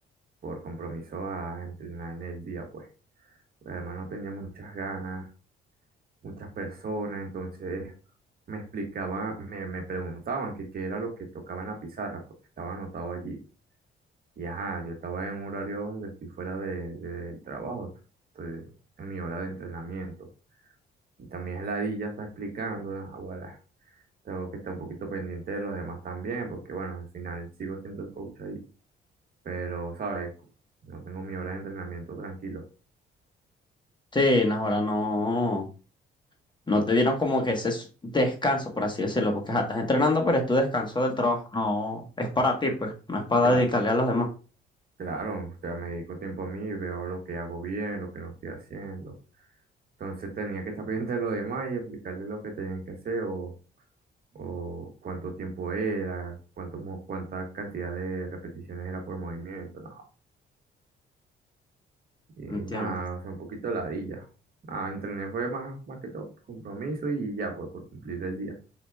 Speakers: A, on the right; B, on the left.
A: por compromiso a entrenar en el día, pues. Pues, Además no tenía muchas ganas, muchas personas, entonces me explicaba, me, me preguntaban que qué era lo que tocaba en la pizarra, porque estaba anotado allí. Y ajá, yo estaba en un horario donde estoy fuera de, de- del trabajo, estoy en mi hora de entrenamiento. Y también la di ya está explicando, ah, bueno tengo que estar un poquito pendiente de los demás también, porque bueno, al final sigo siendo el coach ahí pero, ¿sabes? No tengo mi hora de entrenamiento tranquilo.
B: Sí, no, ahora no. No te dieron como que ese s- descanso, por así decirlo, porque ja, estás entrenando, pero es tu descanso del trabajo. No, es para ti, pues, no es para
A: Claro,
B: dedicarle a los demás.
A: claro, o sea, me dedico tiempo a mí, veo lo que hago bien, lo que no estoy haciendo. Entonces tenía que estar <laughs> pendiente de lo demás y aplicarle lo que tenían que hacer o, o cuánto tiempo era, cuánto, mo- cuánta cantidad de repeticiones era por movimiento. No, y
B: Entiendo.
A: nada, o sea, un poquito ladilla. Nada, entrené fue más, más que todo por compromiso y ya, pues por cumplir el día.